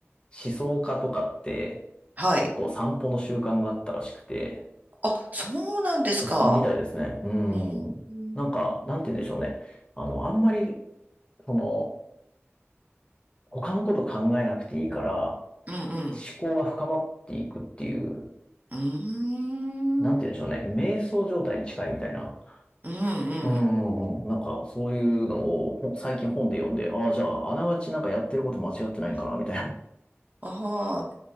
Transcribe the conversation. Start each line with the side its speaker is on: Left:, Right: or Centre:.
Left: 思想家とかって、
Right: はい。
Left: 結構散歩の習慣があったらしくて、
Right: あ、そうなんですか。
Left: そうみたいですね。う
Right: うん。
Left: ん。
Right: うん、
Left: なんか、なんて言うんでしょうね。あの、あんまり、その、他のこと考えなくていいから、
Right: うん。
Left: 思考が深まっていくっていう、
Right: うーん。
Left: なんて言うんでしょうね。
Right: うん、
Left: 瞑想状態に近いみたいな。
Right: う
Left: うんうんうん。
Right: ん。
Left: なんか、そういうのをほ最近本で読んで、ああ、じゃあ、あながちなんかやってること間違ってないんかな、みたい
Right: ああ、